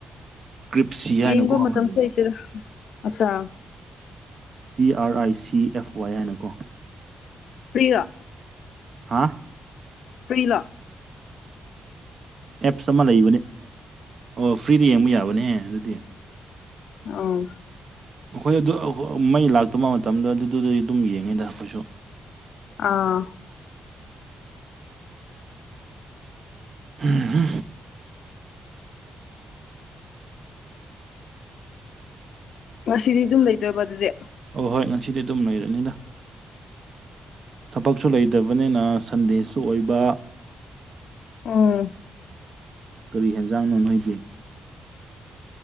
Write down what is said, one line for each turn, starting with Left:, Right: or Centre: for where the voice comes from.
Right: ꯀ꯭ꯔꯤꯞꯁꯤ ꯍꯥꯏꯅꯀꯣ
Left: ꯌꯦꯡꯕ
Right: ꯑꯃꯅꯤ
Left: ꯃꯇꯝꯁꯨ ꯂꯩꯇꯦꯗ ꯑꯠꯆꯥ
Right: C R I C F ꯋꯥꯏ ꯍꯥꯏꯅꯀꯣ
Left: ꯐꯔꯤꯒ
Right: ꯍꯥꯥ
Left: ꯐꯔꯤꯂꯥ
Right: ꯑꯦꯞꯁ ꯑꯃ ꯂꯩꯕꯅꯦ ꯑꯣ ꯐ꯭ꯔꯤꯗ ꯌꯦꯡꯕ ꯌꯥꯕꯅꯦꯍꯦ ꯑꯗꯨꯗꯤ
Left: ꯑ
Right: ꯑꯩꯈꯣꯏ ꯑꯗꯨ ꯃꯩ ꯂꯥꯛꯇꯕ ꯃꯇꯝꯗ ꯑꯗꯨꯗꯨꯗꯤ ꯑꯗꯨꯝ ꯌꯦꯡꯉꯦꯗ ꯑꯩꯈꯣꯏꯁꯨ
Left: ꯑꯥ
Right: ꯍꯥ
Left: ꯉꯁꯤꯗꯤ ꯑꯗꯨꯝ ꯂꯩꯇꯣꯏꯕ ꯑꯗꯨꯗꯤꯦ
Right: ꯑꯣ ꯍꯣꯏ ꯉꯁꯤꯗꯤ ꯑꯗꯨꯝ ꯂꯩꯔꯅꯤꯗ ꯊꯕꯛꯁꯨ ꯂꯩꯇꯕꯅꯤꯅ ꯁꯟꯗꯦꯁꯨ ꯑꯣꯏꯕ
Left: ꯎꯝ
Right: ꯀꯔꯤ ꯍꯦꯟꯖꯥꯡꯅꯣ ꯅꯣꯏꯗꯦ